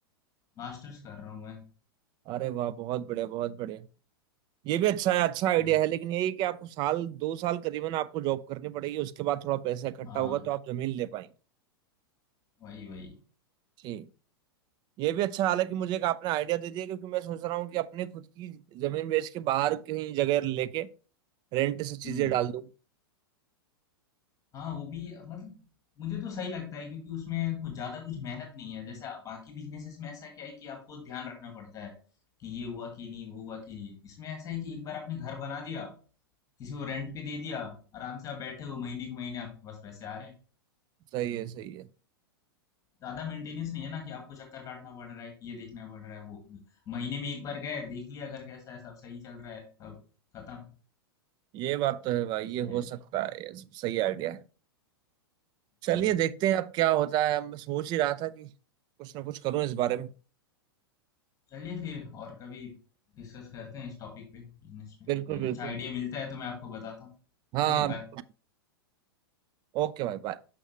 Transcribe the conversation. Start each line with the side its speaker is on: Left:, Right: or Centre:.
Left: मास्टर्स कर रहा हूँ मैं
Right: अरे वाह बहुत बढ़िया बहुत बढ़िया ये भी अच्छा है अच्छा आइडिया
Left: वो
Right: है लेकिन यही कि आपको साल दो साल करीबन आपको जॉब करनी पड़ेगी उसके बाद थोड़ा पैसा इकट्ठा
Left: हाँ
Right: होगा तो आप जमीन ले पाएंगे
Left: वही वही
Right: जी ये भी अच्छा हालांकि मुझे एक आपने आइडिया दे दिया क्योंकि मैं सोच रहा हूँ कि अपने खुद की जमीन बेच के बाहर कहीं जगह लेके रेंट से चीजें
Left: हम्म
Right: डाल दूँ
Left: हाँ, वो भी मतलब मुझे तो सही लगता है क्योंकि उसमें कुछ ज्यादा कुछ मेहनत नहीं है जैसे बाकी बिजनेसेस में ऐसा क्या है कि आपको ध्यान रखना पड़ता है कि ये हुआ कि नहीं वो हुआ कि नहीं इसमें ऐसा है कि एक बार आपने घर बना दिया किसी को रेंट पे दे दिया आराम से आप बैठे हो महीने के महीने आपके पास पैसे आ रहे हैं
Right: सही है सही है
Left: ज्यादा मेंटेनेंस नहीं है ना कि आपको चक्कर काटना पड़ रहा है कि ये देखना पड़ रहा है वो महीने में एक बार गए देख लिया घर कैसा है सब सही चल रहा है सब खत्म
Right: ये बात तो है भाई
Left: इसलिए
Right: ये हो सकता है ये सही आइडिया है चलिए
Left: हम्म
Right: देखते हैं अब क्या होता है मैं सोच ही रहा था कि कुछ ना कुछ करूँ इस बारे में
Left: चलिए फिर और कभी डिस्कस करते हैं इस टॉपिक पे बिजनेस पे
Right: बिल्कुल
Left: कोई
Right: बिल्कुल
Left: अच्छा आइडिया मिलता है तो मैं आपको बताता हूँ
Right: हाँ
Left: चलिए
Right: बिल्कुल
Left: बाय
Right: ओके भाई बाय